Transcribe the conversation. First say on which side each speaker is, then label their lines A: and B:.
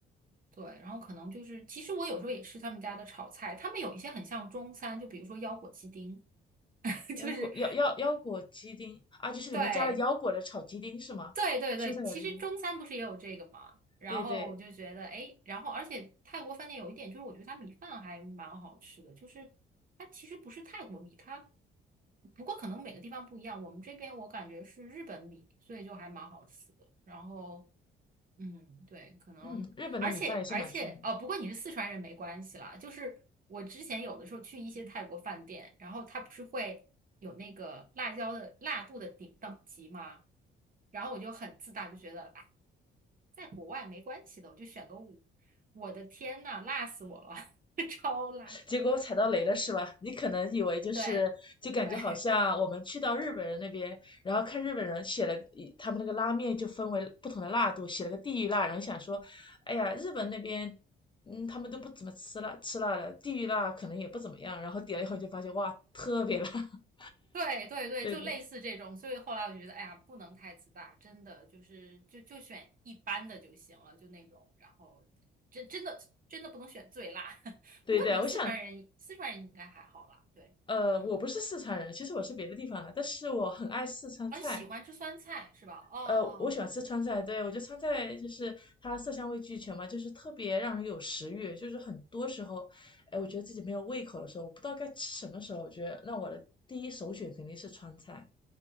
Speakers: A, on the right; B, on the left.
A: 对，然后可能就是，其实我有时候也吃他们家的炒菜，他们有一些很像中餐，就比如说腰果鸡丁，<laughs>
B: 腰果腰腰腰果鸡丁啊，
A: 就是
B: 就是里面加了腰果的炒鸡丁是吗？
A: 对。对对对，
B: 蔬菜炒鸡丁，
A: 其实中餐不是也有这个嘛，然后我就觉得，
B: 对对，
A: 哎，然后而且泰国饭店有一点就是，我觉得它米饭还蛮好吃的，就是它其实不是泰国米，它不过可能每个地方不一样，我们这边我感觉是日本米，所以就还蛮好吃的。然后嗯，对，可能，
B: 嗯，日本的米饭也是蛮出名的
A: 而且而且，哦，不过你是四川人没关系啦。就是我之前有的时候去一些泰国饭店，然后它不是会有那个辣椒的辣度的顶等级吗？然后我就很自大，就觉得哎，在国外没关系的，我就选个五。我的天呐，辣死我了，<laughs> 超辣！
B: 结果我踩到雷了是吧？你可能以为就是就感觉好像我们去到日本人那边，
A: 对对，
B: 然后看日本人写了一他们那个拉面就分为不同的辣度，写了个地狱辣，然后想说，哎呀，日本那边。嗯，他们都不怎么吃辣，吃辣的地狱辣可能也不怎么样。然后点了以后就发现，哇，特别辣。<laughs>
A: 对对对，
B: 对对
A: 就类似这种，所以后来我就觉得，哎呀，不能太自大，真的就是就就选一般的就行了，就那种，然后真真的真的不能选最辣。<laughs>
B: 对对，
A: 不过你是四川人，
B: 我想，
A: 四川人应该还好啦，对，
B: 呃，
A: 嗯，
B: 我不是四川人，其实我是别的地方的，但是我很爱四川菜。
A: 啊，你喜欢吃酸菜是吧？哦，
B: 呃，我喜欢吃川菜，对，我觉得川菜就是它色香味俱全嘛，就是特别让人有食欲。就是很多时候，哎，我觉得自己没有胃口的时候，我不知道该吃什么时候，我觉得那我的第一首选肯定是川菜。